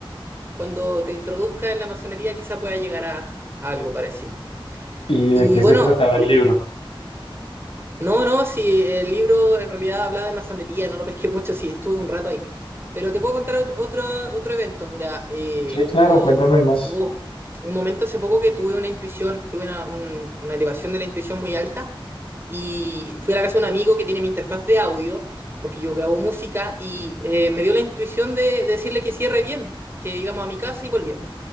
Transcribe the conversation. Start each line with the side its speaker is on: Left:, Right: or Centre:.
Right: Cuando te introduzca en la masonería, quizá pueda llegar a, a algo parecido.
Left: ¿Y
Right: Y
Left: de qué se
Right: bueno,
Left: trataba el libro?
Right: No, no, sí, el libro en realidad hablaba de masonería, no lo pesqué mucho, sí, estuve un rato ahí. Pero te puedo contar ot- otro, otro evento, mira, eh,
Left: Sí, claro,
Right: hubo,
Left: cuéntame más.
Right: hubo un momento hace poco que tuve una intuición, tuve una, un- una elevación de la intuición muy alta y fui a la casa de un amigo que tiene mi interfaz de audio, porque yo grabo música y eh, me dio la intuición de, de decirle que cierre bien, que íbamos a mi casa y volvíamos